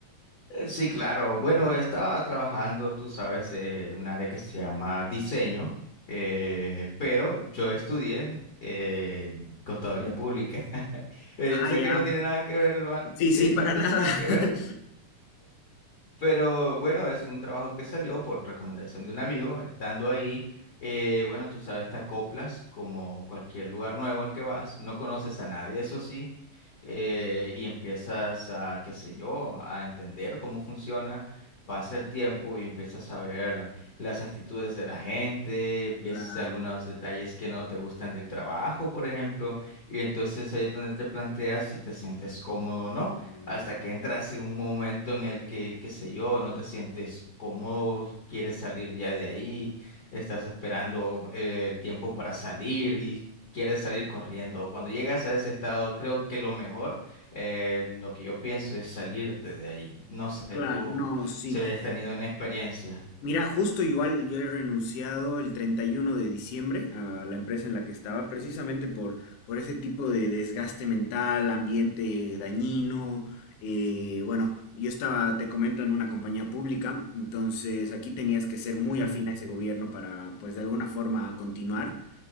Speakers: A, on the left (about 45°); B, on the left (about 75°).
A: Eh, sí, claro, bueno, estaba trabajando, tú sabes, eh, un área que se llama diseño, eh, pero yo estudié eh, contaduría pública. <laughs> Eh,
B: Ah,
A: sé
B: ya.
A: que no tiene nada que ver, hermano,
B: Sí,
A: sí,
B: sí, para
A: no tiene
B: nada.
A: nada
B: <laughs>
A: que ver, Pero bueno, es un trabajo que salió por recomendación de un amigo. Estando ahí, eh, bueno, tú sabes, te acoplas como cualquier lugar nuevo al que vas. No conoces a nadie, eso sí. eh, y empiezas a, qué sé yo, a entender cómo funciona. Pasa el tiempo y empiezas a ver las actitudes de la gente, ves
B: Claro.
A: algunos detalles que no te gustan del trabajo, por ejemplo, y entonces ahí es donde te planteas si te sientes cómodo o no
B: mm,
A: hasta que entras en un momento en el que, qué sé yo, no te sientes cómodo, quieres salir ya de ahí, estás esperando eh, el tiempo para salir y quieres salir corriendo. Cuando llegas a ese estado, creo que lo mejor, eh, lo que yo pienso es salirte de ahí. No sé,
B: Claro,
A: tú
B: no, sí.
A: si has tenido una experiencia.
B: Mira, justo igual yo he renunciado el 31 de diciembre a la empresa en la que estaba, precisamente por, por ese tipo de desgaste mental, ambiente dañino. eh, bueno, yo estaba, te comento, en una compañía pública, entonces aquí tenías que ser muy afín
A: Ujú,
B: a ese gobierno para, pues, de alguna forma continuar.